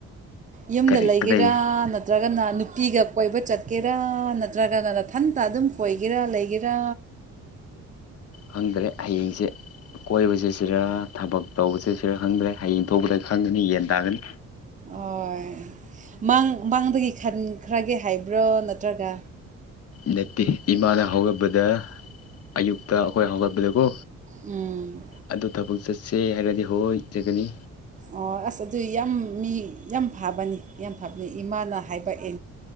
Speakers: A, on the right; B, on the left.
A: ꯌꯨꯝꯗ
B: ꯀꯔꯤ
A: ꯂꯩꯒꯦꯔꯥ
B: ꯀꯗꯩ
A: ꯅꯠꯇ꯭ꯔꯒꯅ ꯅꯨꯄꯤꯒ ꯀꯣꯏꯕ ꯆꯠꯀꯦꯔꯥ ꯅꯠꯇ꯭ꯔꯒꯅꯊꯟꯇ ꯑꯗꯨꯝ ꯀꯣꯏꯒꯦꯔꯥ ꯂꯩꯒꯦꯔꯥ
B: ꯐꯪꯗ꯭ꯔꯦ ꯍꯌꯦꯡꯁꯦ ꯀꯣꯏꯕꯁꯦ ꯁꯤꯔ ꯊꯕꯛ ꯇꯧꯕꯁꯦ ꯁꯤꯔ ꯈꯪꯗ꯭ꯔꯦ ꯍꯌꯦꯡ ꯊꯣꯛꯄꯗ ꯈꯪꯒꯅꯤ ꯌꯦꯟ ꯇꯥꯒꯅꯤ
A: ꯍꯣꯏ ꯃꯥꯡ ꯃꯥꯡꯗꯒꯤ ꯈꯟꯈ꯭ꯔꯒꯦ ꯍꯥꯏꯕ꯭ꯔꯣ ꯅꯠꯇ꯭ꯔꯒ
B: ꯅꯠꯇꯦ ꯏꯃꯥꯅ ꯍꯧꯒꯠꯄꯗ ꯑꯌꯨꯛꯇ ꯑꯩꯈꯣꯏ ꯍꯧꯒꯠꯄꯗꯀꯣ
A: ꯎꯝ
B: ꯑꯗꯨ ꯊꯕꯛ ꯆꯠꯁꯦ ꯍꯥꯏꯔꯒꯗꯤ ꯍꯣꯏ ꯆꯠꯒꯅꯤ
A: ꯑꯣ ꯑꯁ ꯑꯗꯨ ꯌꯥꯝ ꯃꯤ ꯌꯥꯝ ꯌꯥꯝ ꯐꯕꯅꯤ ꯌꯥꯝ ꯐꯕꯅꯤ ꯏꯃꯥꯅ ꯍꯥꯏꯕꯟ